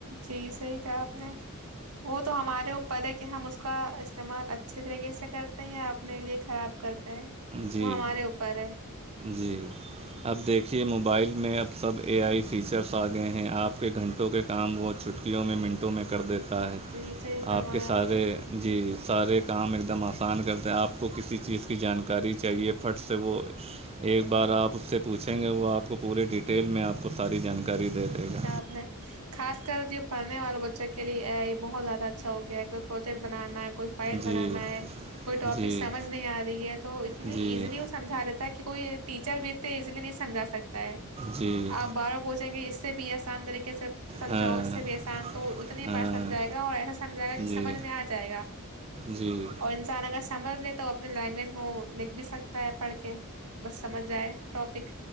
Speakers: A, on the right; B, on the right.
A: جی صحی کہا آپ نے وہ تو ہمارے پت ہے کہ ہم اس کا استعمال اچھے طریقے سے کرتے ہیں یا اپنے لیے خراب کرتے ہیں
B: جی
A: وہ ہمارے اوپر ہے
B: جی اب دیکھیے موبائل میں اب سب اے آئی فیچرس آگئے ہیں آپ کے گھنٹوں کے کام وہ چھٹکیوں میں منٹوں میں کر دیتا ہے
A: جی صحیح فرمایا
B: آپ کے سارے
A: نے
B: جی سارے کام ایک دم آسان کرتے ہیں آپ کو کسی چیز کی جان کاری چاہیے پٹ سے وہ ایک بار آپ اس سے پوچھیں گے وہ آپ کو پورے ڈیٹیل میں آپ کو ساری جانکاری دے دے گا
A: نہیں خاص کر جو پڑھنے والوں بچوں کے لیے یہ بہت زیادہ اچھا ہوگ کوئی پروجیکٹ بنانا ہے کوئی فائل
B: جی
A: بنانا ہے کوئی ٹاپک
B: جی
A: سمجھ نہیں آ رہی ہے تو اتنی
B: جی
A: ایزلی اس سمجا دیتا ہے کہ کوئی ٹیچر بھی اتنے ایزیلی نہیں سمجھا سکتا ہے
B: جی
A: آپ بارہ پہنچیں گے اس سے بھی آسان طریقے سے سمجھاؤ
B: ہاں
A: اس سے بھی احسان تو اتنی
B: ہاں
A: بار سمجھائے گا اور ایسا سمجھائے گا کہ
B: جی
A: سمجھ میں آ جائے گا
B: جی
A: اور انسان اگز سمجھ لے تو اپنے لینگویج میں وہ لکھ بھی سکتا ہے پڑھ کے بس سمجھ جائے ٹاپک